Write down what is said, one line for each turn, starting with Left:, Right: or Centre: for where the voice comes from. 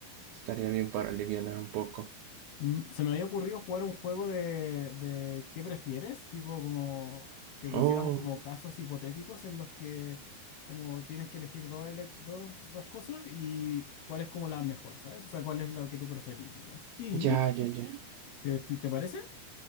Right: estaría bien para alivianar un poco.
Left: Mm, se me había ocurrido jugar un juego de, de ¿qué prefieres? Tipo como que pusiéramos
Right: Oh,
Left: como casos hipotéticos en los que como tienes que elegir dos, ele- dos, dos cosas y cuál es como la mejor, ¿sabes? O sea, cuál es la que tú preferirías. ¿Y
Right: ya, ya, ya.
Left: te te- te parece?